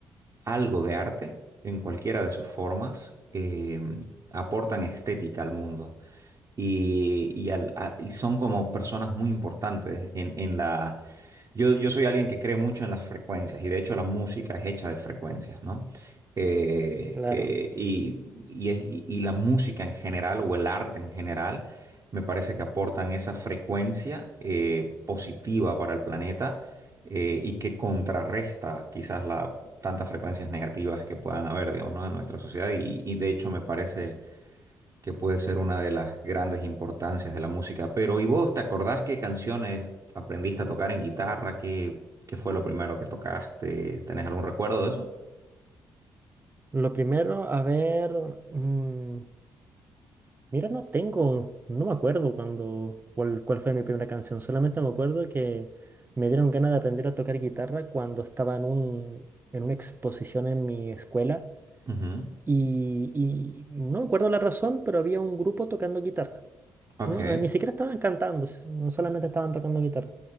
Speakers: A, on the right (about 40°); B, on the right (about 25°).
A: algo de arte en cualquiera de sus formas, eh, aportan estética al mundo y, y al- a- y son como personas muy importantes en, en la... Yo, yo soy alguien que cree mucho en las frecuencias y de hecho la música es hecha de frecuencias, ¿no? Eh,
B: claro.
A: eh, y, y es- y la música en general o el arte en general me parece que aportan esa frecuencia eh, positiva para el planeta eh, y que contrarresta quizás la, tantas frecuencias negativas que puedan haber, digamos, ¿no? en nuestra sociedad y y de hecho me parece que puede ser una de las grandes importancias de la música. Pero, ¿y vos te acordás qué canciones aprendiste a tocar en guitarra? ¿Qué, qué fue lo primero que tocaste? ¿Tenés algún recuerdo de eso?
B: Lo primero, a ver. mm, mira, no tengo, no me acuerdo cuando, cuál, cuál fue mi primera canción. Solamente me acuerdo que me dieron ganas de aprender a tocar guitarra cuando estaba en un, en una exposición en mi escuela.
A: Ujú.
B: Y, y no me acuerdo la razón, pero había un grupo tocando guitarra.
A: Ok,
B: No, eh, ni siquiera estaban cantando, s- no solamente estaban tocando guitarra.